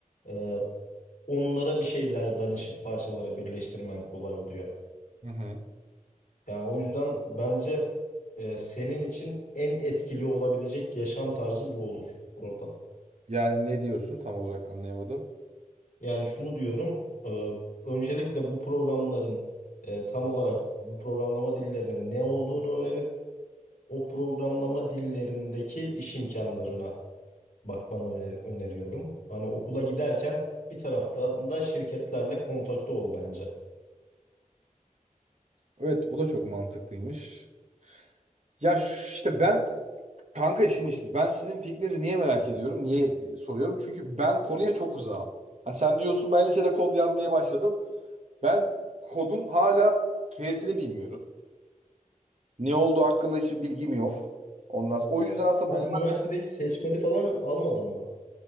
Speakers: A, on the left; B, on the right.
A: e, onlara bir şeyler danışıp parçalara birleştirmen kolay oluyor.
B: Hı hı.
A: Yani o yüzden bence e, senin için en etkili olabilecek yaşam tarzı bu olur orada.
B: Yani ne diyorsun tam olarak anlayamadım.
A: Yani şunu diyorum, e, öncelikle bu programların e, tam olarak bu programlama dillerinin ne olduğunu öğrenip o programlama dillerindeki iş imkanlarına bakmanı öner- öneriyorum. Hani okula giderken bir taraftan da şirketlerle kontakta ol bence.
B: Evet o da çok mantıklıymış. Ya ş- işte ben kanka işin işte ben sizin fikrinizi niye merak ediyorum? Niye e, soruyorum? Çünkü ben konuya çok uzağım. Hani sen diyorsun ben lisede kod yazmaya başladım. Ben kodun hala K'sini bilmiyorum. Ne olduğu hakkında hiçbir bilgim yok. Ondan sonra- o yüzden aslında
A: Ben
B: bunlar
A: üniversitede hiç seçmeli falan almadım mı?